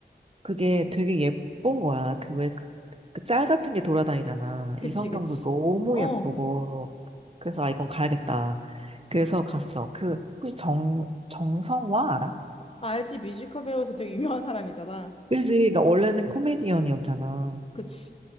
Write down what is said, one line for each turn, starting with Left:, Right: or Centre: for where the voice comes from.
Right: 그게 되게 예쁜 거야. 그 왜, 그, 그짤 같은 게 돌아다니잖아.
Left: 그치,
Right: 이 성경도
Left: 그치.
Right: 너무
Left: 어.
Right: 예쁘고. 그래서 아, 이건 가야겠다. 그래서 갔어. 그, 혹시 정, 정성화 알아?
Left: 알지, 뮤지컬 배우에서 되게 유명한 사람이잖아.
Right: 그지? 그러니까 원래는 코미디언이었잖아.
Left: 그치.